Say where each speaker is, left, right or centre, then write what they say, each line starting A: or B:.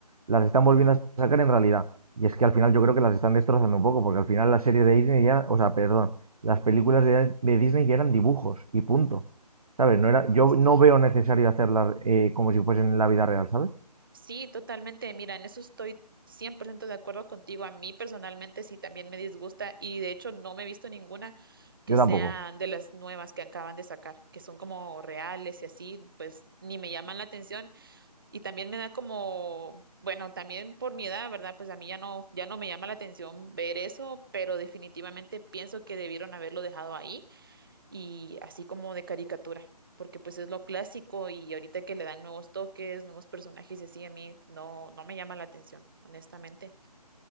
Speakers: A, on the right; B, on the right.
A: las están volviendo a sacar en realidad. Y es que al final yo creo que las están destrozando un poco, porque al final las series de Disney ya, o sea, perdón las películas de, de Disney ya eran dibujos y punto. ¿Sabes? No era, yo
B: Sí.
A: no veo necesario hacerlas eh, como si fuesen en la vida real, ¿sabes?
B: Sí, totalmente. Mira, en eso estoy 100% de acuerdo contigo. A mí personalmente sí también me disgusta y de hecho no me he visto ninguna que
A: Yo
B: sea
A: tampoco.
B: de las nuevas que acaban de sacar, que son como reales y así, pues ni me llaman la atención Y también me da como, bueno, también por mi edad, ¿verdad? Pues a mí ya no, ya no me llama la atención ver eso, pero definitivamente pienso que debieron haberlo dejado ahí y así como de caricatura, porque pues es lo clásico y ahorita que le dan nuevos toques, nuevos personajes y así, a mí no, no me llama la atención, honestamente.